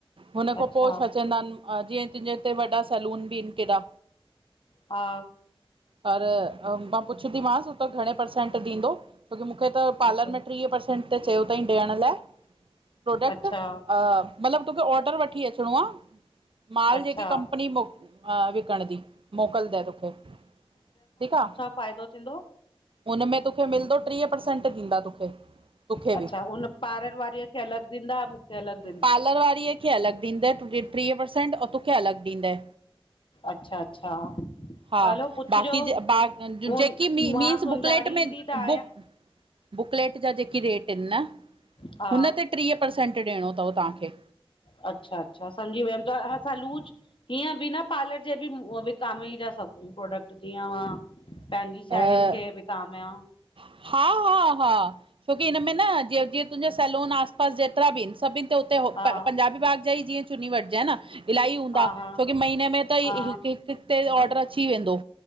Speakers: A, on the right; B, on the left.
A: हुन
B: अच्छा
A: खां पो छा चईंदा आहिनि जीअं तुंहिंजे हिते वॾा सैलून बि आहिनि केॾा।
B: हा
A: पर मां पुछंदीमांसि हूते घणे परर्सेंट ॾींदो। छोकी मूंखे त पार्लर
B: अच्छा
A: में ट्रीह पर्सेंट त चयो तईं ॾियण लाइ। प्रोडक्ट
B: अच्छा
A: अ मतलबु तोखे ऑर्डर वठी अचिणो आ माल
B: अच्छा
A: जेकी कंपनी मो अ विकणदी मोकिलदए तोखे ठीक आ
B: फ़ायदो थींदो।
A: हुनमें तोखे मिलदो ट्रीह परर्सेंट ॾींदा तोखे तोखे
B: अच्छा
A: बि
B: हुन पारर वारीअ खे अलगि ॾींदा मुखे अलगि
A: पार्लर वारीअ खे अलॻि ॾींदए त ट्रीह परसेंट औ तुखे अलॻि ॾींदए।
B: अच्छा -अच्छा
A: हा
B: हलो पुछिजोसि
A: बाक़ी जे बा
B: हू
A: जेकी मीं
B: मां
A: मीन्स
B: सुञाणींदी
A: बुकलेट में
B: त आहियां
A: बुक बुकलेट जा जेके रेट इनि न,
B: हा
A: हुन ते ट्रीह परर्सेंट ॾियणो तव तहांखे
B: अच्छा -अच्छा, समझी वयम त असां लूज़ हीअं बिना पार्लर जे बि विकामेइ ता सघूं प्रोडक्ट जीअं मा पंहिंजी
A: आहे
B: साहेड़ियुनि खे विकामिया।
A: हा हा हा, छोकी हिनमें न जीअं -जीअं तुंजो सैलून आस पास जेतिरा बि इनि, सभिनि ते हुते हो
B: हा
A: प पंजाबी बाग जाई जीअं चुनी वठिजंए न इल्हाई हूंदा
B: हा हा
A: छोकी महीने में त ई
B: हा
A: हिकु -हिकु ते ऑर्डर अची वेंदो।